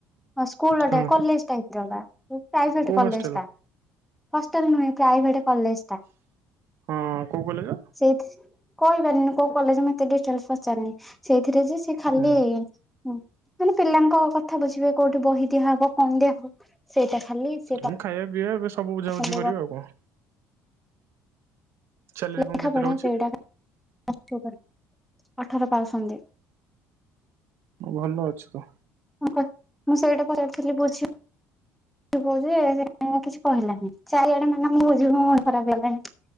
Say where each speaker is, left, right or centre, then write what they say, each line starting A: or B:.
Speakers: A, in the centre; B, on the right.
A: ହଁ ସ୍କୁଲ
B: ହଁ।
A: କଲେଜ ଟାଇପ ର ବା ପ୍ରାଇଭେଟ
B: କୋଉ
A: କଲେଜ
B: ହଷ୍ଟେଲ
A: ଟା। ହଷ୍ଟେଲ ନୁହେଁ ପ୍ରାଇଭେଟ କଲେଜ ଟା।
B: ହଁ କୋଉ କଲେଜ?
A: ସେଇ କହି ପାରିନି କୋଉ କଲେଜ ମତେ ଡିଟେଲସ ପଚାରନି। ସେଇଥିରେ ଯେ ସେ ଖାଲି
B: ହୁଁ
A: ମ ମାନେ ପିଲାଙ୍କ କଥା କଥା ବୁଝିବେ କୋଉଠି ବହି ଦିଆ ହବ କଣ ଦିଆ ହବ ସେଇଟା ଖାଲି ସେ
B: ଆମ ଖାଇବା ପିଇବା ଏବେ ସବୁ ବୁଝାବୁଝି
A: ପାଉଛନ୍ତି
B: କରିବି ଆଉ କଣ। ସାଲେରୀ
A: ଲେଖା
B: କଣ କେତେ
A: ପଢା
B: ରହୁଛି
A: ସେଇଟା ଅଠର ଆଉଛନ୍ତି।
B: ଭଲ ଅଛି ତ।
A: ହଁ କହ ମୁଁ ସେଇଟା ଯାଇଥିଲି ବୁଝି କହୁଛି କିଛି କହିଲାନି ଚାରିଆଡେ ମାନେ ମୁଁ ବୁଝିବି ମୋ ମୁଣ୍ଡ ଖରାପ ହେଇଗଲାଣି।